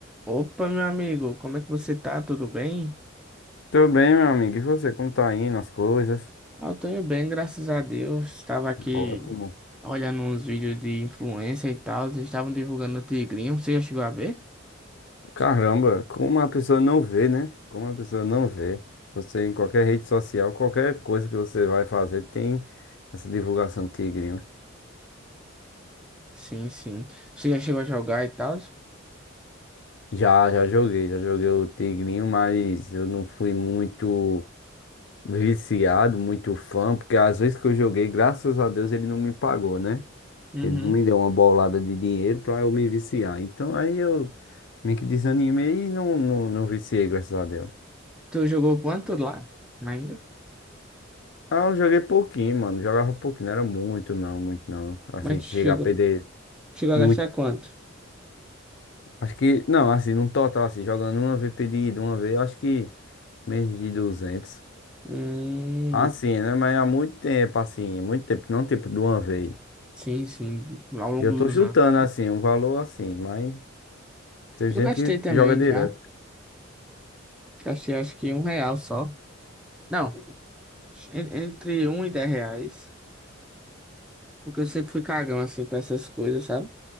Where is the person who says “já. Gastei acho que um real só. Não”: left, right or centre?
Centre